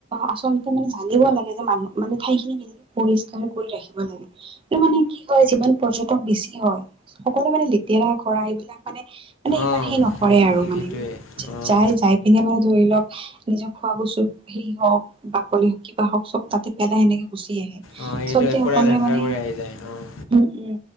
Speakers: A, on the right; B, on the left.
A: আচলতে মানে জানিব লাগ- যে মানুহ মানে ঠাই খিনি কেনেকে পৰিষ্কাৰ কৰি ৰাখিব লাগে এইটো মানে কি হয় যিমান পৰ্যটক বেছ- কি হয় সকলোৱো মানে লেতেৰা কৰা এইবিলাক। মানে মানে ইমান
B: অঁ
A: সেই নকৰে আৰু মানে
B: সেইটোৱে অঁ
A: যাই যাই পিনে মানে ধৰি লওক। নিজৰ খোৱা বস্তুত সেই হওক বাকলি। কিবা হওক চব তাতে পেলাই সেনেকে গুচি আহে
B: অঁ
A: আচলতে
B: এইটোৱে পূৰা
A: সকলোৱে
B: লেতেৰা
A: মানে
B: কৰি আহি যায় অঁ
A: উম উম